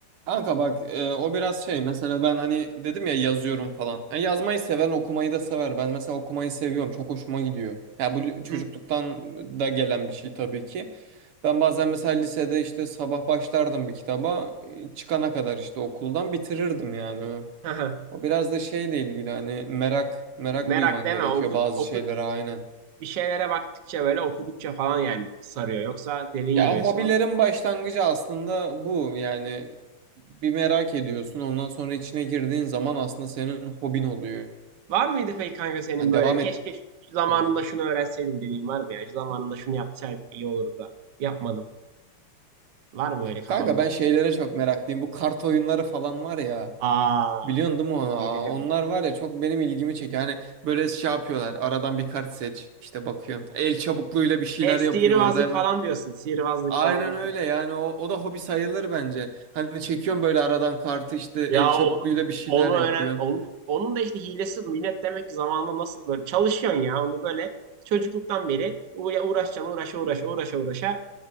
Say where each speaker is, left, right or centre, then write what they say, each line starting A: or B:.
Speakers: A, on the right (about 85°); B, on the right (about 60°).
A: Kanka bak e, o biraz şey mesela ben hani dedim ya yazıyorum falan. Yani yazmayı seven okumayı da sever. Ben mesela okumayı seviyorum. Çok hoşuma gidiyor. Ya bu çocukluktan
B: Hı
A: da gelen bir şey tabii ki. Ben bazen mesela lisede işte sabah başlardım bir kitaba. e, Çıkana kadar işte okuldan bitirirdim yani.
B: Hı hı.
A: O biraz da şeyle ilgili hani merak
B: <laughs>
A: merak
B: Merak
A: duyman
B: deme
A: gerekiyor
B: oku,
A: bazı
B: oku
A: şeylere aynen.
B: bir şeylere baktıkça böyle okudukça falan yani sarıyor. Yoksa dediğin
A: Ya
B: gibi
A: hobilerin
B: son
A: başlangıcı aslında bu. Yani bir merak ediyorsun. Ondan sonra içine girdiğin zaman aslında senin hobin oluyor.
B: var mıydı peki kanka senin
A: Hani
B: böyle
A: devam
B: keşke
A: et
B: şu zamanında
A: diyorsun.
B: şunu öğrenseydim dediğin var mı ya? Şu zamanında şunu yapsaydım iyi olurdu da yapmadım. Var mı öyle kafanda?
A: Kanka ben şeylere çok meraklıyım. Bu kart oyunları falan var ya.
B: Aa
A: Biliyorsun değil mi onu? Aa,
B: bilirim
A: Onlar
B: bilirim.
A: var ya çok benim ilgimi çekiyor. Hani böyle şey yapıyorlar. Aradan bir kart seç. İşte bakıyorsun. El çabukluğuyla bir şeyler
B: E sihirbazlık
A: yapıyor orada hemen.
B: falan diyorsun. Sihirbazlık
A: Aynen
B: falan.
A: öyle yani o, o da hobi sayılır bence. Hani çekiyorsun böyle aradan kartı işte el
B: Ya
A: çabukluğuyla
B: onu
A: bir şeyler
B: onu
A: yapıyorsun.
B: öğren onun onun da işte hilesi minnet demek ki zamanında nasıl böyle çalışıyorsun ya onu böyle çocukluktan beri uğra- uğraşacaksın uğraşa uğraşa uğraşa uğraşa